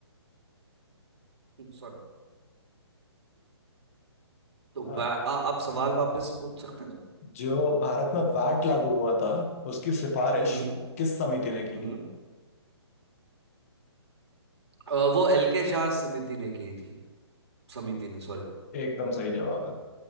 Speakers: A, on the right; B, on the left.
A: सॉरी तो
B: आ,
A: वा- आ, आप सवाल वापस पूछ सकते हैं
B: जो भारत में वैट लागू हुआ था उसकी सिफारिश
A: हम्म
B: किस समिति ने की
A: हम्म
B: थी
A: अ, वो एल के झा समिति ने की थी समिति ने सॉरी
B: एकदम सही जवाब है